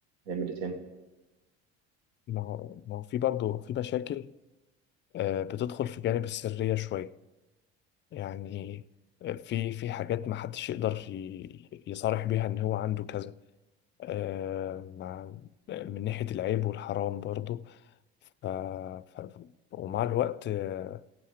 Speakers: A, on the right; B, on the left.
A: هيعمل ايه تاني
B: ما هو ما هو في برضه في مشاكل آه، بتدخل في جانب السرية شوية يعني آه، في في حاجات ما حدش يقدر ي- يصارح بيها ان هو عنده كذا آه، مع من ناحية العيب والحرام برضو ف... ف... ومع الوقت آه،